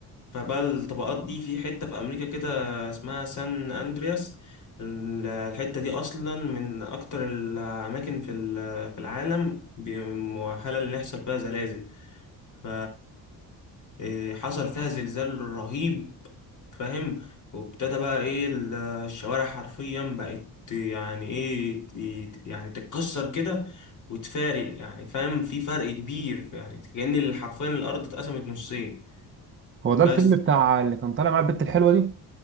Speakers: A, on the left; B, on the right.
A: فبقى الطبقات دي في حتة في أمريكا كده اسمها سان أندرياس ال- الحتة دي أصلا من أكتر الأماكن في ال- في العالم بي- مؤهلة إن يحصل فيها زلازل ف إيه، حصل فيها زلزال رهيب فاهم وابتدى بقى إيه ال- الشوارع حرفيا بقت يعني إيه ت- يعني تتكسر كده وتفارق يعني فاهم في فرق كبير يعني كأن حرفيا الأرض اتقسمت نصين
B: هو ده
A: بس
B: الفيلم بتاع اللي كان طالع مع البت الحلوه دي